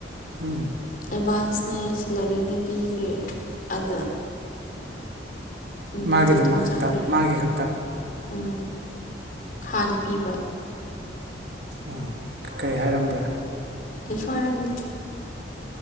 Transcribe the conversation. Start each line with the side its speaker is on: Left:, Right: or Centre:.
Right: ꯎꯝ
Left: ꯑꯦꯗꯚꯥꯟꯁꯅꯦ ꯁꯦꯂꯔꯤꯅꯦ ꯄꯤꯈ꯭ꯔꯦ ꯑꯗ ꯅꯨꯄꯤꯗꯣ
Right: ꯃꯥꯒꯤꯗꯃꯛ
Left: ꯑꯗꯨꯝ
Right: ꯈꯛꯇ
Left: ꯆꯈ꯭ꯔꯦ
Right: ꯃꯥꯒꯤ ꯈꯛꯇ
Left: ꯎꯝ ꯈꯥꯅ ꯄꯤꯕ
Right: ꯎꯝ ꯀꯩ ꯍꯥꯏꯔꯝꯕ꯭ꯔꯥ
Left: ꯀꯩꯁꯨꯏꯔꯒ